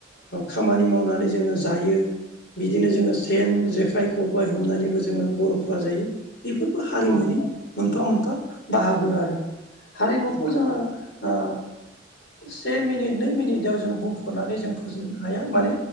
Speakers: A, on the left; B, on the right.
A: खामानि मावनानै जोङो जायो। बिदिनो जोङो सेन जेखाइ खबाय हमनानैबो जोङो बर'फोरा जायो। बेफोरबो हारिमुनि
B: औ
A: मोनफा मोनफा बाहागो आरो हारिमुखौ
B: नंगौ नंगौ
A: जोङो। ओ से मिनिट नै मिनिटआव जों बुंफोरनानै जों फोजोबनो हाया माने।